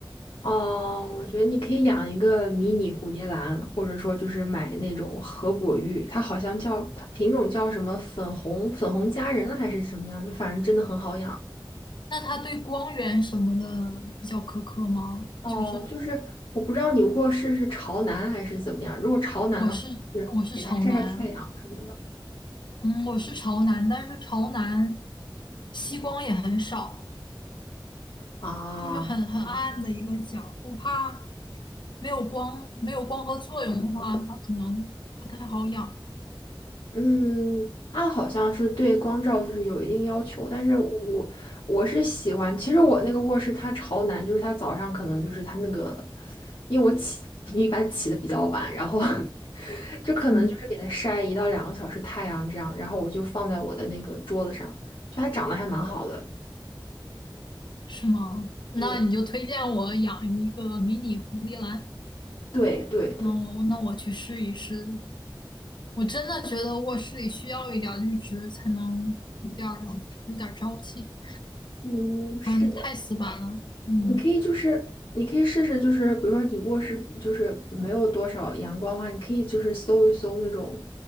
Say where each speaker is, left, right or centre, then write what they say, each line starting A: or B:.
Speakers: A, on the left; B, on the left.
A: 哦，我觉得你可以养一个迷你蝴蝶兰，或者说就是买那种合果玉，它好像叫它品种叫什么粉红粉红佳人还是什么样，就反正真的很好养。
B: 那它对光源什么的比较苛刻吗？
A: 哦，
B: 就是
A: 就是我不知道你卧室是朝南还是怎么样，如果朝南的话，
B: 我是我是朝南，
A: 就是给它晒晒太阳什么的。
B: 嗯，我是朝南，但是朝南西光也很少，
A: 啊，
B: 就是很很暗的一个角，
A: 这样，
B: 我怕没有光，没有光合作用的话，它可能不太好养。
A: 嗯，它好像是对光照就是有一定要求，但是我我是喜欢，其实我那个卧室它朝南，就是它早上可能就是它那个，因为我起 <laughs> 一般起的比较晚，然后 <laughs> 就可能就是给它晒一到两个小时太阳这样，
B: 嗯，
A: 然后我就放在我的那个桌子上，就它长得还蛮好的，
B: 是吗？那你就推荐我养一个迷你蝴蝶兰，
A: 对对对对，
B: 那我那我去试一试。我真的觉得卧室里需要一点绿植，才能有点儿有点儿朝气，
A: 嗯，是的。
B: 不然太死板了。嗯
A: 你可以就是，你可以试试，就是比如说你卧室就是没有多少阳光的话，你可以就是搜一搜那种，